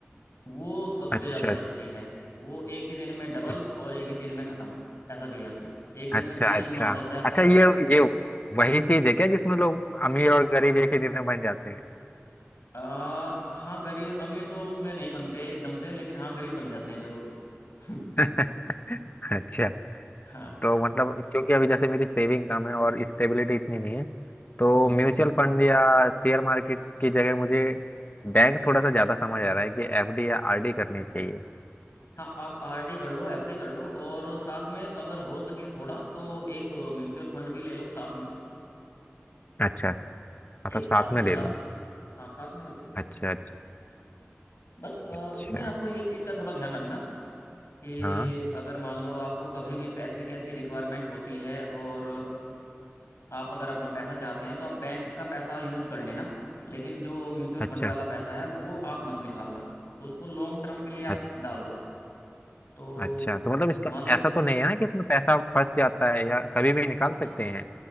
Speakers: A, on the left; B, on the left.
A: वो सबसे
B: अच्छा
A: ज़्यादा रिस्की है वो एक ही दिन में डबल
B: अच्छा
A: और एक ही दिन में ख़त्म ऐसा भी है उसमें एक दिन
B: अच्छा
A: में कहीं कहीं
B: अच्छा
A: गुना हो जाता है आपका
B: अच्छा ये
A: पैसा
B: ये वही चीज है क्या जिसमें लोग अमीर और गरीब एक ही दिन में बन जाते
A: आ, हाँ गरीब अमीर तो उसमें नहीं बनते एकदम से लेकिन हाँ गरीब बन जाते हैं जरूर <laughs>
B: हैं <laughs> अच्छा
A: हाँ
B: तो मतलब क्योंकि अभी जैसे मेरी सेविंग कम है और स्टेबिलिटी इतनी नहीं है तो
A: हम्म
B: म्यूचुअल फंड या शेयर मार्केट की जगह मुझे बैंक थोड़ा सा ज़्यादा समझ आ रहा है कि एफडी या आरडी करनी चाहिए
A: हाँ आप आरडी कर लो एफडी कर लो और साथ में अगर हो सके थोड़ा तो एक म्यूचुअल फंड भी ले लो साथ में
B: अच्छा मतलब
A: एक
B: साथ
A: साथ में
B: में
A: लगा
B: ले लूं
A: लो हाँ साथ में ले लो
B: अच्छा अच्छा
A: बस अ,
B: अच्छा
A: उसमें आपको ये चीज़ का थोड़ा ध्यान रखना कि
B: हाँ
A: अगर मान लो आपको कभी भी पैसे की ऐसी रिक्वायरमेंट होती है और आप अगर अपना पैसा चाहते हैं तो आप बैंक का पैसा यूज कर लेना लेकिन जो म्यूचुअल
B: अच्छा
A: फंड वाला पैसा है वो आप मत निकालना उसको लॉन्ग टर्म के लिए
B: अ-
A: आप डाल दो तो
B: अच्छा तो मतलब इसका
A: मान लो
B: ऐसा तो नहीं है ना कि इसमें पैसा फंस जाता है या कभी भी निकाल
A: ना
B: सकते हैं